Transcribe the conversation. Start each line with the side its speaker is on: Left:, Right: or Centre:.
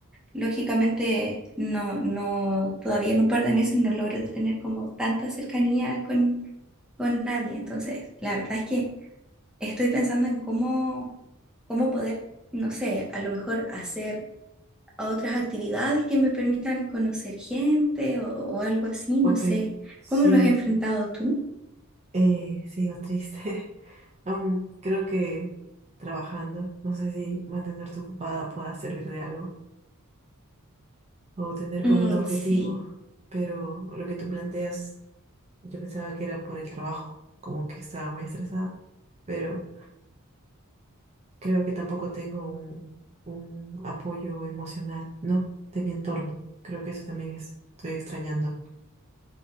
Centre: lógicamente no, no, todavía en un par de meses no logro tener como tanta cercanía con, con nadie. Entonces, la verdad es que estoy pensando en cómo, cómo poder, no sé, a lo mejor hacer otras actividades que me permitan conocer gente o, o algo así, no
Right: Ok,
Centre: sé.
Right: sí,
Centre: ¿Cómo lo has enfrentado tú?
Right: eh, sigo triste. <laughs> Aún creo que trabajando, no sé si mantenerte ocupada pueda servir de algo o tener como
Centre: Mm,
Right: un objetivo,
Centre: sí.
Right: pero lo que tú planteas, yo pensaba que era por el trabajo, como que estaba muy estresada, pero... creo que tampoco tengo un, un apoyo emocional, ¿no? De mi entorno. Creo que eso también es- estoy extrañando.